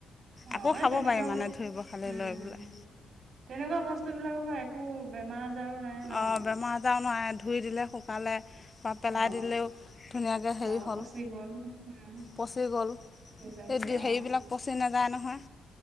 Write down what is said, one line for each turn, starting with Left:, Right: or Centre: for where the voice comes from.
Right: অহ,
Left: আকৌ
Right: এই
Left: খাব
Right: তেনেকুৱা
Left: পাৰি মানে
Right: বস্তু।
Left: ধুই পখালি
Right: উম,
Left: লৈ
Right: উম,
Left: পেলাই
Right: তেনেকুৱা বস্তুবিলাকৰ পৰা একো বেমাৰ আজাৰো নাই ন।
Left: অঁ বেমাৰ আজাৰ নাই, ধুই দিলে সক পালে, বা পেলাই
Right: অ
Left: দিলেওঁ ধুনীয়াকৈ হেৰি
Right: অ
Left: হ'ল
Right: পচি গ'ল উম
Left: পচি গ'ল।
Right: সিজাইগৈ
Left: এই দি
Right: অ
Left: হেৰি বিলাক পচি নাযায় নহয়।